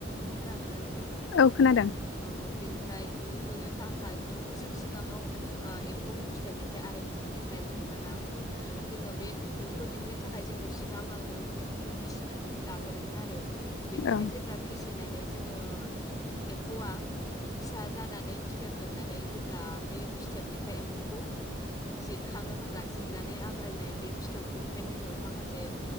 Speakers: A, on the left; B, on the left.
A: खोनादों ना नोंथां
B: औ खोनादों
A: औ बेनि फ्राय खुन्दुं लुनो थाखाय खुन्दुंखौसो एम्फौनि फिथोबनिफ्राय आरो खुननिफ्राय मोनो ना खुन जोङो बे खुुनदुंखो दिहुनो थाखाय जोङो सिगाङावनो एम्फौखौ फिसिनानै लाग्रोमोन आरो
B: औ
A: बेनिफ्राय जेब्ला फिसि फिनानै जोङो एम्फौआ फिसा जानानै फिथोब दैबनानै जेब्ला बे फिथोबनिफ्राय एम्फौखौ जिरखाङो होनोमब्ला जिरनानै आग्लायनाय बे फिथौखौनिफ्राय जोङो माखासे